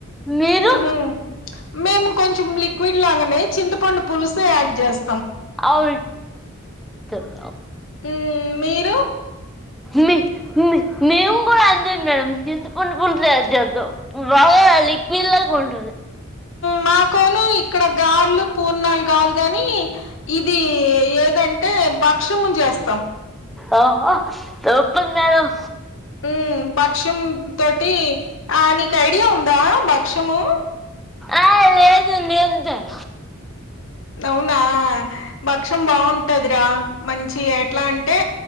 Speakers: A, in the centre; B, on the left (about 65°).
A: మీరు
B: ఉహు మేము కొంచెం లిక్విడ్ లాగానే చింతపండు పులుసే యాడ్ జస్.
A: అవు <unintelligible>
B: ఊమ్ మీరు
A: మె మె మేము గూడా అదే మేడం చింత పండు పులుసే <unintelligible> వి వాగా లిక్విడ్లాగ ఉంటది
B: మా కోను ఇక్కడ గార్లు పూర్ణాలు కాదు కానీ ఇది ఏదంటే భక్ష్యము చేస్తాం
A: ఓహో తూపర్ మేడం
B: ఊమ్ భక్ష్యం తోటి ఆ నీకు ఐడియా ఉందా భక్ష్యము
A: ఆ లేదు లేదు దర
B: అవునా భక్షం బావుం టదిరా మంచిగ ఎట్లా అంటే